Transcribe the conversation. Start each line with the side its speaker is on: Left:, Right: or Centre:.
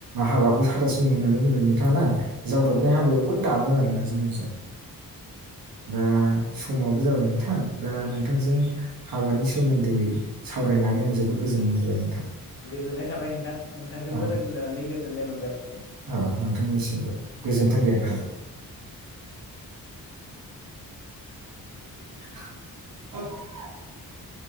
Right: हाबाखौ साथासुनि होननानै बुंदों नोंथाङा ना
Left: औ
Right: जाब्रबनाय
Left: नोंथां
Right: हाबायावबो दामो आरोना । जोंनिजों दा समाबो जाबाय नोंथां दा नों। नोंथांजों हाबानि सोमोन्दैयै सावरायनानै आं जोबोद गोजोननाय मोनबाय नोंथां।
Left: गोजोननाय थाबाय नोंथां नोंथांजोंबो
Right: औ
Left: रायज्लायनानै गोजोननाय मोनबाय।
Right: औ नोंथांनिसिमबो गोजोन्थों दे नोंथां। <inaudible> <inaudible>